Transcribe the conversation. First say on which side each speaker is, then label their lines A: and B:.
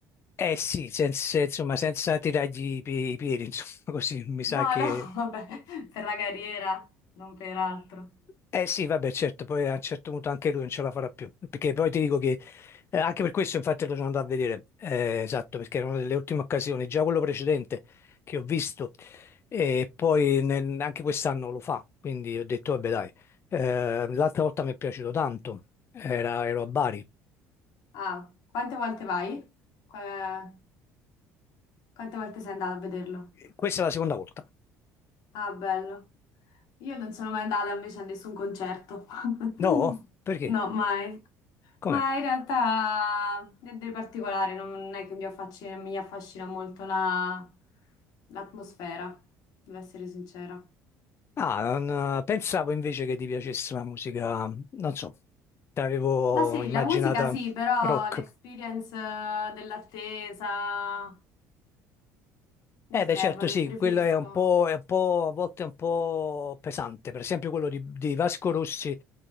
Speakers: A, on the left; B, on the left.
A: Eh sì, senza, insomma, senza tirargli i pie- i piedi, insomma, <laughs> così mi sa
B: No,
A: che...
B: no, <laughs> vabbè, per la carriera, non per altro.
A: Eh sì, vabbè, certo, poi a un certo punto anche lui non ce la farà più, perché poi ti dico che, eh, anche per questo infatti lo sono andato a vedere, eh, esatto, perché era una delle ultime occasioni, già quello precedente che ho visto, e poi nel- anche quest'anno lo fa, quindi ho detto, vabbè dai, Eh, l'altra volta mi è piaciuto tanto, Era- ero a Bari,
B: Ah, quante volte vai? Qua- Quante volte sei andato a vederlo?
A: questa è la seconda volta,
B: Ah, bello. Io non sono mai andata invece a nessun concerto. <laughs>
A: no? Perché?
B: No, mai.
A: Com'è?
B: Ma in realtà niente di particolare, non è che mi affascina, mi affascina molto la- l'atmosfera, devo essere sincera.
A: Ah, non- eh, pensavo invece che ti piacesse la musica, non so, ti avevo
B: Ma sì,
A: immaginata
B: la musica sì, però
A: rock.
B: l'experience eh, dell'attesa
A: Eh
B: mi snerva,
A: beh certo
B: pre-
A: sì,
B: preferisco.
A: quello è un po', è un po', a volte è un po' pesante, per esempio quello di, di Vasco Rossi,